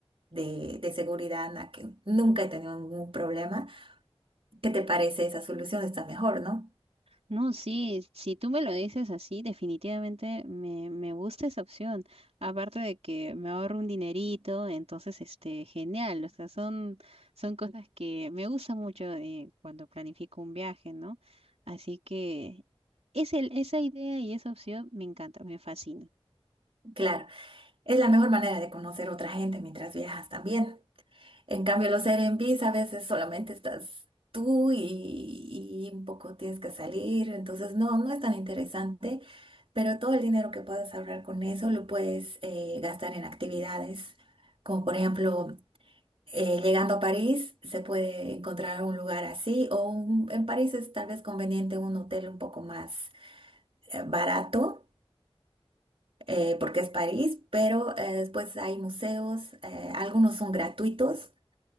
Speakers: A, on the right (about 65°); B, on the right (about 90°).
A: de, de seguridad, na- que nunca he tenido ningún problema. ¿Qué te parece esa solución? Está mejor, ¿no?
B: No, sí, si tú me lo dices así, definitivamente me, me gusta esa opción. Aparte de que me ahorro un dinerito, entonces, este, genial. O sea, son, son cosas que me gusta mucho eh, cuando planifico un viaje, ¿no? Así que es el, esa idea y esa opción me encanta, me fascina.
A: Claro, es la mejor manera de conocer otra gente mientras viajas también. ¿no? En cambio, los Airbnbs a veces solamente estás tú y, y un poco tienes que salir, entonces no, no es tan interesante, pero todo el dinero que puedas ahorrar con eso lo puedes eh, gastar en actividades, como por ejemplo, eh, llegando a París se puede encontrar un lugar así, o un- en París es tal vez conveniente un hotel un poco más eh, barato. eh, porque es París, pero eh, después hay museos, eh, algunos son gratuitos,